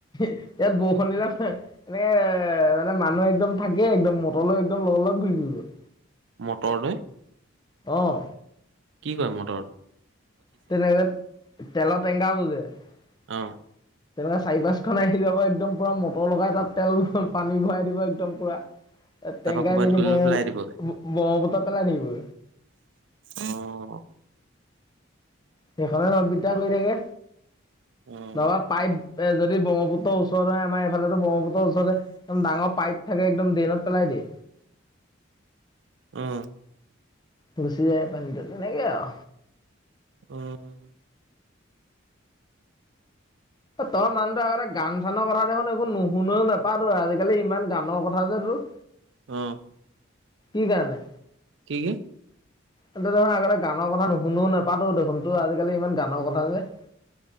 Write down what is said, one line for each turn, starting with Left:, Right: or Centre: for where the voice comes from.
Left: ইয়াত বৰষুণ দিলে এনেকে এ মানে মানুহ একদম থাকে একদম মটৰলৈ একদম লগৰ লগ ঘু উ
Right: মটৰলৈ
Left: আহ
Right: কি কয় মটৰ
Left: তেনেকে তেলৰ টেঙংকাটো যে তেনেকুৱা
Right: অ'।
Left: চাৰি পাঁচখন আহি যাব একদম পুৰা মটৰ লগাই তাত তেল পানী ভৰাই দিব একদম পুৰা
Right: তাৰপা
Left: তেংকাই
Right: ক'ৰবাত
Left: দি
Right: গ'লে
Left: ব
Right: পেলাই দিবগে।
Left: ব্ৰহ্মপুত্ৰত পেলাই থাকিব
Right: অ
Left: সেইখনে নদ বিদ্যা কৰি থাকে
Right: অ'
Left: নহবা পাইপ এ যদি ব্ৰহ্মপুত্ৰ ওচৰ হয় আমাৰ এইফালেতো ব্ৰহ্মপুত্ৰৰওচতে একদম ডাঙৰ পাইপ থাকে <unintelligible> দিনত পেলাই দিয়ে।
Right: আহ।
Left: গুচি যায় পানীটো তেনেকে আৰু।
Right: উম!
Left: তই মানুহটো আগতে গান-চানৰ কথা দেখোন, একো নুশুনেও, নেপাত‌ই আজিকালি ইমান গানৰ কথা যে তোৰ?
Right: অঁ!
Left: কি কাৰণে?
Right: কি-কি?
Left: ত‌ই দেখোন আগতে গানৰ কথা নোশুনও, নাপাত‌ও দেখোন, তো আজিকালি ইমান গানৰ কথা যে?